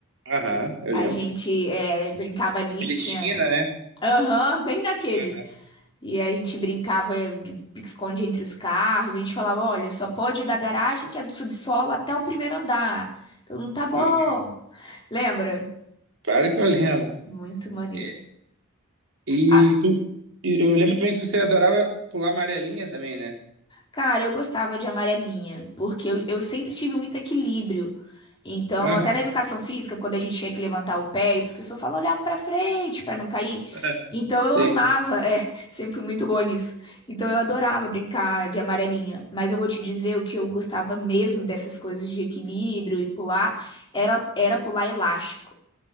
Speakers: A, on the right; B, on the left.
A: Aham, eu
B: A
A: lembro.
B: gente é, brincava ali,
A: Aquele
B: que tinha.
A: de esquina, né?
B: Aham, bem naquele.
A: Aham,
B: E a gente brincava de pique-esconde entre os carros. A gente falava: olha, só pode ir da garagem, que é do subsolo, até o primeiro andar. Todo mundo tá bom.
A: aham.
B: Lembra?
A: Claro que eu lembro.
B: Muito maneiro.
A: É, E,
B: Ah,
A: tu. e Eu lembro também que você adorava pular amarelinha também, né?
B: Cara, eu gostava de amarelinha, porque eu, eu sempre tive muito equilíbrio. Então,
A: Aham,
B: até na educação física, quando a gente tinha que levantar o pé, e o professor falava, olhava pra frente pra não cair.
A: <laughs>
B: Então, eu
A: Sim.
B: amava, <laughs> é, sempre fui muito boa nisso. Então, eu adorava brincar de amarelinha. Mas eu vou te dizer, o que eu gostava mesmo dessas coisas de equilíbrio e pular, era, era pular elástico.